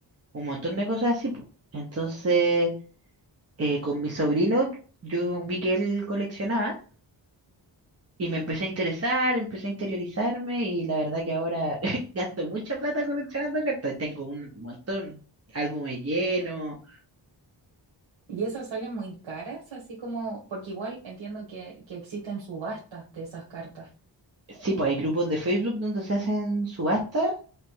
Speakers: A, on the right; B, on the right.
A: un montón de cosas así, po. Entonces, eh, con mi sobrino, yo vi que él coleccionaba y me empecé a interesar, empecé a interiorizarme y la verdad que ahora <laughs> gasto mucha plata coleccionando cartas. Tengo un montón, álbumes llenos.
B: Y esas salen muy caras, así como, porque igual entiendo que, que existen subastas de esas cartas.
A: Sí, pues hay grupos de Facebook donde se hacen subastas